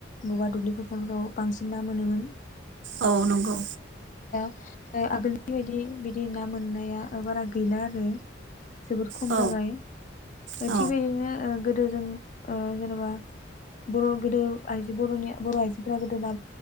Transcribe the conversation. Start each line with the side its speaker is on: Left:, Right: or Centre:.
Left: बगा दुब्लि फोथारफोराव बांसिन ना मोनोमोन।
Right: औ नंगौ।
Left: अ आगोलनि बायदि बिदि ना मोननाया अ बारा गौला आरो। जोबोर खम
Right: औ
Left: जाबाय
Right: औ
Left: थिग बेजोंनो गोदो जों जेनेबा बर' गोदो आइजो बर'नि बर' आइजोफोरा गोदो ना